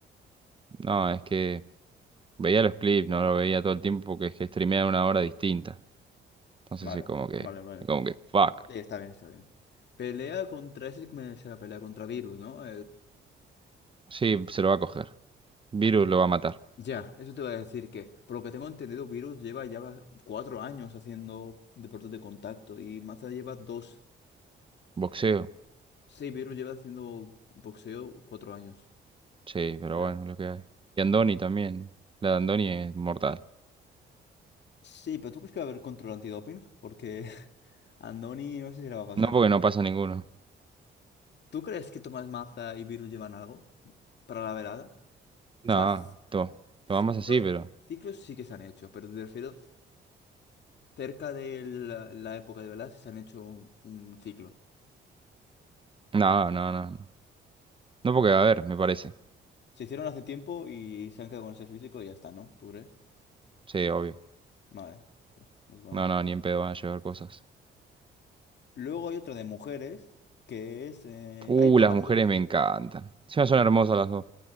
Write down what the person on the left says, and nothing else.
Vale,
vale, vale.
Sí, está bien, está bien. Pelea contra, ese sí me la pelea contra Virus, ¿no?
Ya, eso te voy a decir que, por lo que tengo entendido, Virus lleva ya va- cuatro años haciendo deportes de contacto y Maza lleva dos.
Sí, Virus lleva haciendo boxeo cuatro años.
Ya.
Sí, pero ¿tú crees que va a haber control antidoping? Porque <laughs> a Andoni no sé si le va a pasar.
¿Tú crees que Tomás Maza y Virus llevan algo para la velada?
O sea, c-
ciclo,
ciclos sí que se han hecho, pero te refiero cerca de la, la época de velada sí se han hecho un, un ciclo.
Se hicieron hace tiempo y se han quedado con ese físico y ya está, ¿no? ¿Tú crees?
Vale, es es buena.
Luego hay otra de mujeres que es... eh,
hay, do-
hay
dos.